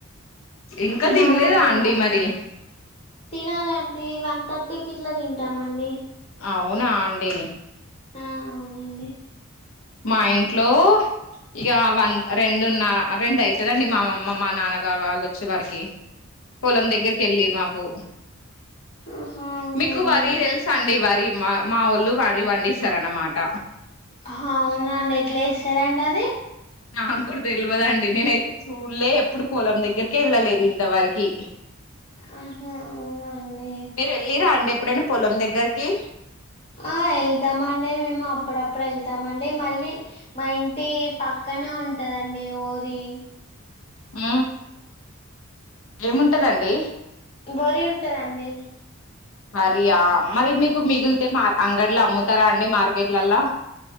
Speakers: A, on the left; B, on the left.
A: ఇంకా
B: తినాలండి
A: తినలేదా అండి
B: ఇంగా
A: మరి
B: తినాలండి వన్ థర్టీకి ఇట్లా తింటామండి
A: అవు వునా అండి
B: ఆ అవునండి
A: మా ఇంట్లో ఇక వన్ రెండు నా రెండు ఐతదండి మా అమ్మ మా నాన్నగారు ఆళ్ళు ఒచ్చే వరకి పొలం దగ్గరికి కెల్లిండ్రు నాకు
B: ఆహా అవునండి
A: మీకు వరి తెలుసా అండి వరి మా మా ఒళ్ళు వరి వండిసరనమాట
B: అవున అండి ఎట్లా చేస్తారండి అది
A: నాకు కూడా తెలియదండి నేనైతే చూడలే ఎప్పుడు పొలం దగ్గరకే వెళ్ళలేదు ఇంతవరకి
B: ఆహా అవునా అండి
A: మీరు వెళ్ళిరా అండి ఎప్పుడనా పొలం దగ్గరకి
B: ఆ వెళ్తామండి మేము అప్పుడప్పుడు వెళ్తామండి మళ్ళీ మా ఇంటి పక్క పక్కనే ఉంటాదండి ఓరి
A: ఆ ఏముంటదండి
B: బరీ ఉంటదండి
A: హరియా మరి మీకు మిగిలితే మా అంగడ్లో అమ్ముతారా అండి మార్కెట్లలా